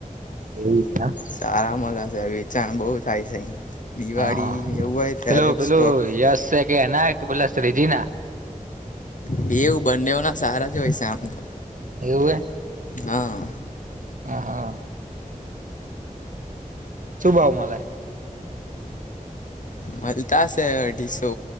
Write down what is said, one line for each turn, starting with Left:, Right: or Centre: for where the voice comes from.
Right: એવું છે એમ
Left: સારા મળશે વેચાણ બહવ થાય છે. દિવાળી
Right: હ હા,
Left: એવું હોય ત્યારે
Right: પેલું પેલું
Left: સ્ટોક
Right: યશ છે કે એના કે પેલ ત્રીજી ના?
Left: બે એવું બંને ના સારા જ હોય છેમ તો.
Right: એવું હ.
Left: હા.
Right: હા હા. શુ ભાવ મળે?
Left: મળતા છે અઢીસો